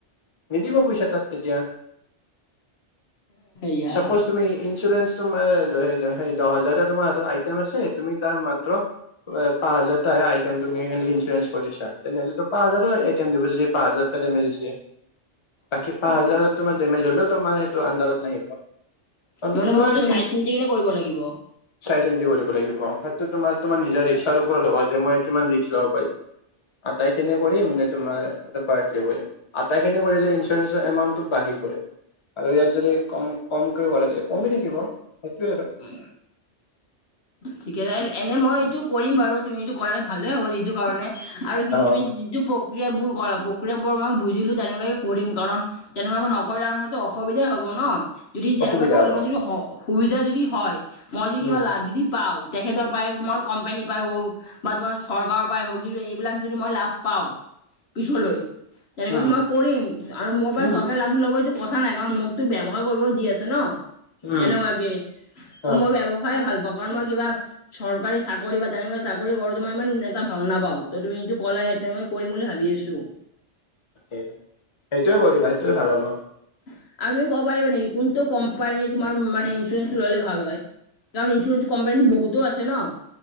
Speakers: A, on the left; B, on the left.
A: নিদিব পইচা তাত তেতিয়া
B: ইয়া
A: চাপোচ তুমি ইনঞ্চোৰেচ তোমাৰ দহ হাজাৰ তোমাৰ হাতত আইটেম আছে তুমি তাৰ মাত্ৰ পা হাজাৰটটা আইটেম তুমিলে ইঞ্চুৰেঞ্চ কৰিছা তেনেহ'লে তো পাঁ হাজাৰৰ আইটেম দিব যদি পাঁচ হাজাৰ ডেমেজ হৈছে বাকী পাঁ‌
B: অ
A: হাজাৰত তোমাৰ ডেমেজ হলেও তোমাৰ সেইটো আন্দাৰত নাহিব। কাৰণ
B: মানে
A: তুমি লোৱাই
B: মই
A: নাই
B: চাই চিন্ত কেনে কৰিব লাগিব।
A: চাই চিন্ততি কৰিব লাগিব সেইটো তোমাৰ তোমাৰ নিজা ৰিক্সাৰ ওপৰত হ'ব যে মই কিমান ৰিক্স ল'ব পাৰিম। আটাইখিনি কৰিম নে তোমাৰ এটা পাৰ্টিৰ কৰিম। আটাইখিনি কৰিলে ইঞ্চুৰেঞ্চৰ এমাউণ্টটো বাঢ়িব। আৰু ইয়াত যদি কম কমকৈ কৰে তেতিয়া কমি থাকিব সেইটোৱে আৰু।
B: উ। ঠিক আছে এনে মই এইটো কৰিম বাৰু তুমি এইটো কৰালে ভালে হ'ব এইেইটো কাৰণে আৰু সিন্তু তুমি
A: অ
B: যিটো প্ৰক্ৰিয়াবোৰ কৰা প্ৰক্ৰিয়াবোৰ মই বুজিলো তেনেকুৱাকে কৰিম কাৰণ তেনেকুৱাকো নকৰি মতো অসুবিধাই হ'ব ন। যদি তেনেকুৱা
A: অসুবিধা
B: কৰিলো
A: হ'ব
B: মই যদি সুবিধা যদি হয় মই যদি
A: উম
B: কিবা লাভ যদি পাওঁ তেখেতৰ পৰাই তোমাৰ কম্পানী পৰাই হওক বা তোমাৰ চৰকাৰৰ পৰাই হওক যদি এইবিলাক যদি মই লাভ পাওঁ পিছলৈ তেনেকুৱৈ
A: উম
B: মই কৰিম আৰু মোৰ পৰা
A: উম
B: চৰকাৰে লাভ ল'ব এইতটো কথা নাই কাৰণ মোকতো ব্যৱহাৰ কৰিবলৈ দি আছে ন।
A: উম।
B: তেনেকুৱাকে ত
A: অ
B: মই বেয়া পাওঁ খায় ভাল পাওঁ কাৰণ মই কিবা চৰকাৰী চাকৰি বা তেনেকা চাকৰি কৰ তোমাৰ ইমান এটা ভাল নাপাও ত তুমি নিজু কলে তেওঁনে কৰিম বুলি ভাবি আছোঁ।
A: সেইটোয়ে কৰিবা সেইটোয়ে ভাল হ'ব।
B: আৰু তুমি ক'ব পাৰিব নেকি কোনটো কোম্পানী তোমাৰ মানে ইঞ্চুৰেেঞ্চসটো ল'লে ভাল হয়। কাৰণ ইঞ্চুৰেঞ্চ কোপানীত বহতো আছে ন।